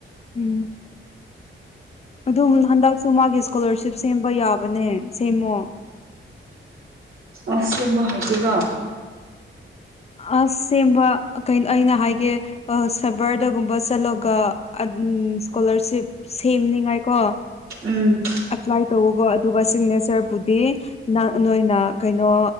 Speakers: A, on the left; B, on the right.
A: ꯎꯝ ꯑꯗꯨꯝ ꯍꯟꯗꯛꯁꯨ ꯃꯥꯒꯤ ꯏꯁꯀꯣꯂꯥꯔꯁꯤꯞ ꯁꯦꯝꯕ ꯌꯥꯕꯅꯦ ꯁꯦꯝꯃꯣ
B: ꯑꯁ ꯁꯦꯝꯕ ꯍꯩꯇꯦꯗ
A: ꯑꯁ ꯁꯦꯝꯕ ꯀꯩꯅꯣ ꯑꯩꯅ ꯍꯥꯏꯒꯦ ꯁꯔꯕꯔꯗꯒꯨꯝꯕ ꯆꯠꯂꯒ ꯏꯁꯀꯣꯂꯥꯔꯁꯤꯞ ꯁꯦꯝꯅꯤꯉꯥꯏ ꯀꯣ
B: ꯎꯝ
A: ꯑꯦꯄ꯭ꯂꯥꯏ ꯇꯧꯕꯕ ꯑꯗꯨꯒ ꯁꯤꯒꯅꯦꯆꯔꯕꯨꯗꯤ ꯅ ꯅꯣꯏꯅ ꯀꯩꯅꯣ